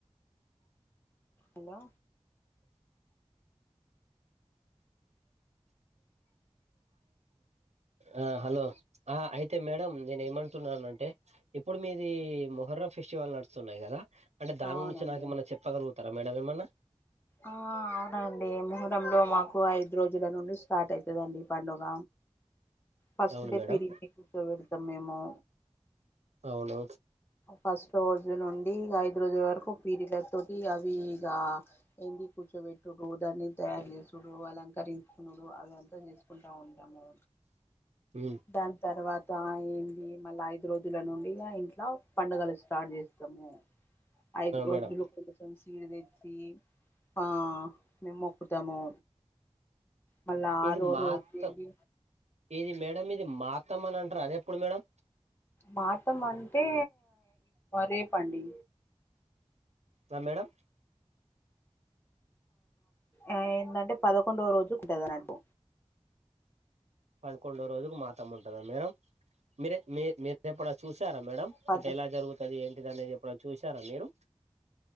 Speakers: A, on the left; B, on the right.
A: హలో
B: ఆ హలో ఆ అయితే మేడం నేను ఏమం టున్నానంటే ఇప్పుడు మీది మొహర్ర ఫెస్టివల్ నడుస్తున్నాయి కదా అంటే దాని
A: అవునండి
B: గురించి నాకు ఏమనా చెప్పగలుగుతారా మేడమ్ ఏమన్నా
A: ఆ అవునండి ముహూరంలో మాకు ఐదు రోజుల నుండి స్టార్ట్ అయితదండి పండుగ ఫస్ట్
B: అవును
A: డే
B: మేడం
A: పిరిల్ని కూచో వెడతాం మేము
B: అవును
A: ఫస్ట్ రోజు నుండి ఇగ ఐదు రోజుల వరకు పీరిల తోటి అవి ఇగ ఏంది కూర్చోబెట్టుడు దాన్ని తయారు చేసుడు అలంకరించుకునుడు అద అంత చేసుకుంటా ఉంటాము
B: పి
A: దాని తర్వాత ఏంది మళ్ళ ఐదు రోజుల నుండి ఇగ ఇంట్ల పండుగలు స్టార్ట్ చేస్తాము ఐదు రోజులు
B: మేడం
A: సీడి తెచ్చి ఆ మేము మొక్కుతాము మల్ల ఆరో
B: ఇది మాత్రం
A: రోజు ఏంది
B: ఇది మేడం ఇది మాతం అని అంటారు అది ఎప్పుడు మేడం
A: మాతం అంటే రేపండి
B: రా మేడం
A: ఆ ఏందాంటే పదకొండో రోజు ఉంటది అన్నట్టు
B: పదకొండో రోజుకు మాతం ఉంటద మేడం మీరే మీ మీ ఎప్పుడ చూసారా మేడం
A: పద
B: అంటే ఎలా జరుగుతది ఏంటిది అనేది ఎప్పుడు చూసారా మీరు